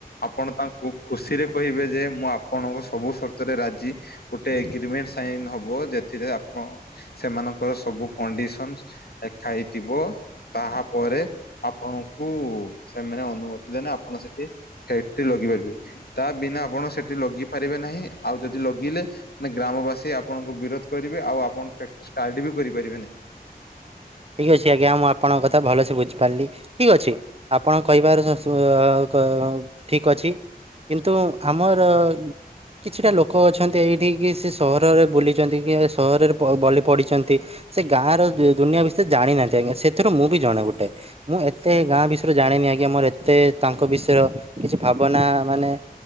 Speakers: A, on the left; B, on the right.
A: ଆପଣ ତାଙ୍କୁ ଖୁସିରେ କହିବେ ଯେ ମୁଁ ଆପଣଙ୍କ ସବୁ ସର୍ତରେ ରାଜି ଗୋଟେ ଏଗ୍ରିମେଣ୍ଟ ସାଇନ ହବ ଯେଥିରେ ଆପଣ ସେମାନଙ୍କର ସବୁ କଣ୍ଡିସନ ଏ ଥାଇ ଥିବ ତାହାପରେ ଆପଣଙ୍କୁ ସେମାନେ ଅନୁମତି ଦେଲେ ଆପଣ ସେଠି ସେଠି ଲଗେଇ ପାରିବେ ତା ବିନା ଆପଣ ସେଠି ଲଗି ପାରିବେ ନାହିଁ ଆଉ ଯଦି ଲଗିଲେ ମାନେ ଗ୍ରାମବାସୀ ଆପଣଙ୍କୁ ବିରୋଧ କରିବେ ଆଉ ଆପଣ ଫକ୍ଟ ଷ୍ଟାର୍ଟ ବି କରିପାରିବେ ନାହିଁ।
B: ଠିକ୍ ଅଛି ଆଜ୍ଞା ମୁଁ ଆପଣଙ୍କ କଥା ଭଲସେ ବୁଝିପାରିଲି ଠିକ୍ ଅଛି। ଆପଣ କହିବାର ଶ କ ଠିକ ଅଛି। କିନ୍ତୁ ଆମର କିଛିଟା ଲୋକ ଅଛନ୍ତି ଏଇଠିିକି ସେ ସହରରେ ବୁଲିଛନ୍ତି କି ସହରରେ ପ ବଲି ପଢ଼ିଛନ୍ତି ସେ ଗାଁ ର ଦୁନିଆ ବିଷୟରେ ଜାଣିନାହାନ୍ତି ଆଜ୍ଞା ସେଥିରୁ ମୁଁ ବି ଜଣେ ଗୋଟେ। ମୁଁ ଏତେ ଗାଁ ବିଷୟରେ ଜାଣିନି ଆଜ୍ଞା ମୋର ଏତେ ତାଙ୍କ ବିଷୟରେ କିଛି ଭାବନା ମାନେ